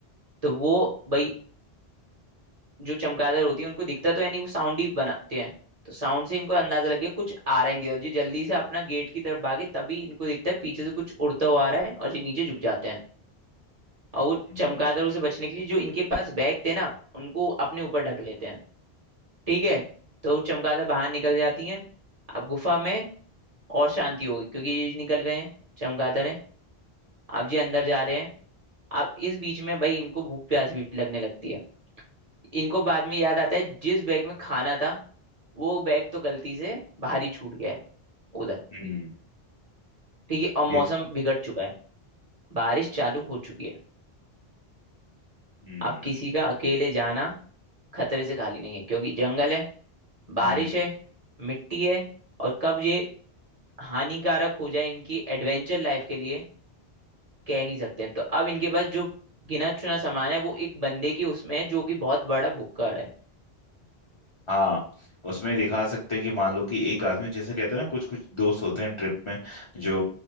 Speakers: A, on the right; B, on the left.
A: तो वो भाई जो चमगादड़ होती है उनको दिखता तो है नहीं वो साउंड ही बनाते हैं तो साउंड से इनको अंदाजा लग गया कुछ आ रहा है इनकी तरफ ये जल्दी से अपना गेट की तरफ भागे तभी इनको दिखता है पीछे से कुछ उड़ता हुआ आ रहा है और ये नीचे झुक जाते हैं और वो
B: हम्म
A: चमगादड़ों से बचने के लिए जो इनके पास बैग थे ना उनको अपने ऊपर ढक लेते हैं ठीक है तो चमगादड़ बाहर निकल जाती हैं अब गुफा में और शांति होगी क्योंकि ये निकल गए हैं चमगादड़ हैं अब ये अंदर जा रहे हैं अब इस बीच में भाई इनको भूख प्यास भी लगने लगती है इनको बाद में याद आता है जिस बैग में खाना था वो बैग तो गलती से बाहर ही छूट गया है उधर
B: हम्म,
A: ठीक है और मौसम
B: ये
A: बिगड़ चुका है बारिश चालू हो चुकी है
B: हम्म
A: अब किसी का अकेले जाना खतरे से खाली नहीं है क्योंकि जंगल है बारिश
B: हम्म
A: है मिट्टी है और कब ये हानिकारक हो जाए इनकी एडवेंचर लाइफ के लिए कह नहीं सकते हैं तो अब इनके पास जो गिना चुना सामान है वो एक बंदे की उसमें है जो कि बहुत बड़ा भुक्कड़ है
B: हाँ उसमें दिखा सकते हैं कि मान लो कि एक आदमी जैसे कहते हैं ना कुछ कुछ दोस्त होते हैं ट्रिप में जो